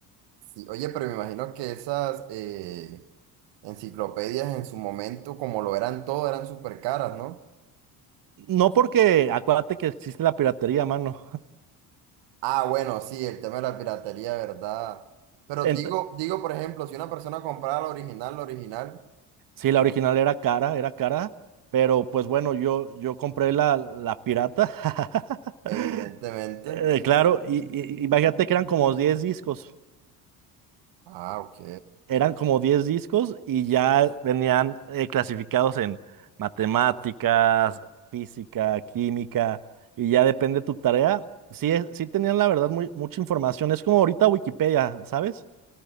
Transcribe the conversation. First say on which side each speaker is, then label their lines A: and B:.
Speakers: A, on the right; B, on the right.
A: Sí, oye, pero me imagino que esas eh, enciclopedias en su momento, como lo eran todo, eran súper caras, ¿no?
B: No porque, acuérdate que existe la piratería, mano.
A: Ah, bueno, sí, el tema de la piratería, ¿verdad? Pero
B: <laughs> Ent-
A: digo, digo, por ejemplo, si una persona comprara la original, la original,
B: sí, la original era cara, era cara, pero pues bueno, yo, yo compré la, la pirata. <laughs>
A: evidentemente.
B: Eh, claro, y, y- imagínate que eran como 10 discos,
A: Ah, ok.
B: eran como 10 discos y ya venían eh, clasificados en matemáticas, física, química, y ya depende tu tarea. Sí, es- sí tenían la verdad muy, mucha información, es como ahorita Wikipedia, ¿sabes?